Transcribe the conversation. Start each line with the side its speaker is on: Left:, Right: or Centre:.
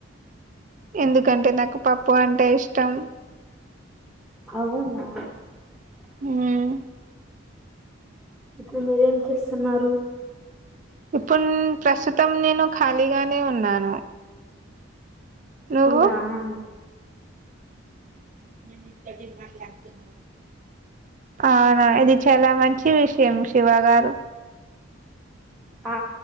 Right: ఎందుకంటే నాకు పప్పు అంటే ఇష్టం
Centre: అవునా
Right: హ్మ్మ్
Centre: ఇప్పుడు మీరేం చేస్తున్నారు
Right: ఇప్పుడు ప్రస్తుతం నేను ఖాళీగానే ఉన్నాను నువ్వు
Centre: ఉన్నావా
Right: నేను నీతోటి మాట్లాడుతున్నాను అవునా ఇది చాలా మంచి విషయం శివ గారు
Centre: ఆ